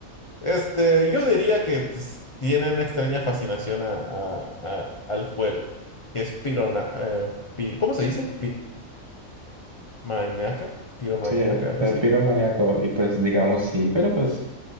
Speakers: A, on the left; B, on the right.
A: Este, yo diría que ts- tiene una extraña fascinación a, a- a- al fuego, que es pirona, eh, pi- ¿cómo se dice? Maniaca, piromaniaca,
B: Sí,
A: algo
B: el
A: así.
B: piromaníaco, y pues digamos sí, pero pues